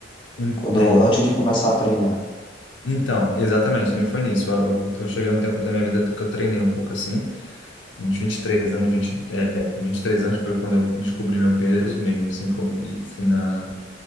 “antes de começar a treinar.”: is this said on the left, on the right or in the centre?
Left